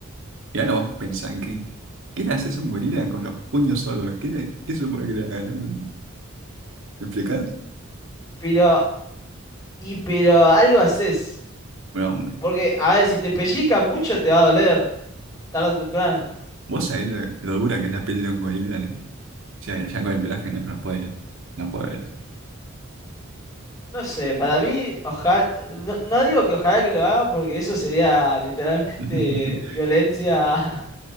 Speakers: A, on the right; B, on the left.
A: Y ahora vos pensás, ¿qué, qué le haces a un gorila con los puños solos? ¿Qué, le- qué supone que le hagas? ¿No? ¿Me explicás?
B: pero, y, pero algo haces.
A: Bueno,
B: Porque, a ver, si te pellizcan mucho te va a doler, tarde o temprano.
A: Vos sabés lo, lo dura que es la piel de un gorila, ¿no? O sea, ya con el pelaje no, no puede, no puede.
B: No sé, para mí, ojalá, no, no digo que ojalá que lo hagan porque eso sería literalmente
A: <laughs>
B: violencia, <laughs>